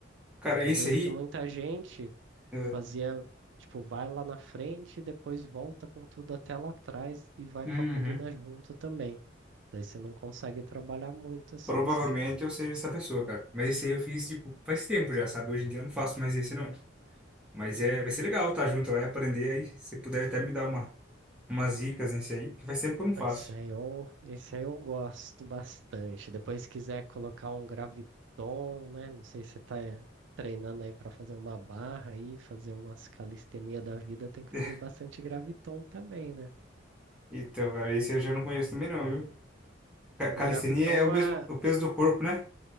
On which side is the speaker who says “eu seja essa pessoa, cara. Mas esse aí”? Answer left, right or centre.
Centre